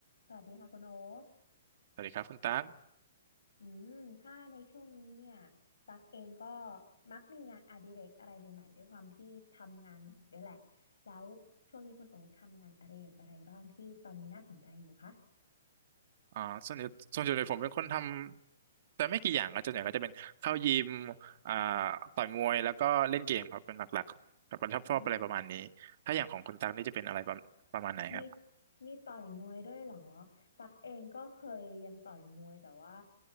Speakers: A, on the left; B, on the right.
A: สวัสดีค่ะคุณโอ๊ค
B: สวัสดีครับคุณตั๊ก
A: อืมถ้าในช่วงนี้เนี่ยตักเองก็มักมีงานอดิเรกอะไรใหม่ๆด้วยความที่ทำงานใหม่ด้วยแหละแล้วช่วงนี้คุณโอ๊คทำงานอดิเรกอะไรบ้างที่ตอนนี้น่าสนใจอยู่คะ
B: อ่าส่วนใหญ่ส่วนใหญ่ผมเป็นคนทำแต่ไม่กี่อย่างก็ส่วนใหญ่ก็จะเป็นเข้ายิมอ่าต่อยมวยแล้วก็เล่นเกมครับเป็นหลักๆแบบชอบชอบอะไรประมาณนี้ถ้าอย่างของคุณตั๊กนี่จะเป็นอะไรประประมาณไหนครับ
A: อืมมีมีต่อยมวยด้วยเหรอตักเองก็เคยเรียนต่อยมวยแต่ว่า